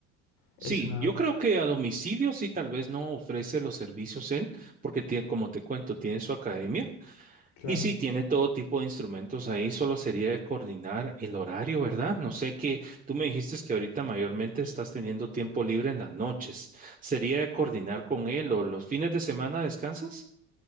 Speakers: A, on the left; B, on the right.
A: Es
B: Sí,
A: una...
B: yo creo que a domicilio sí tal vez no ofrece los servicios él porque tiene, como te cuento, tiene su academia.
A: Claro.
B: Y sí, tiene todo tipo de instrumentos ahí, solo sería de coordinar el horario, ¿verdad? No sé qué, tú me dijiste que ahorita mayormente estás teniendo tiempo libre en las noches. ¿Sería de coordinar con él o los fines de semana descansas?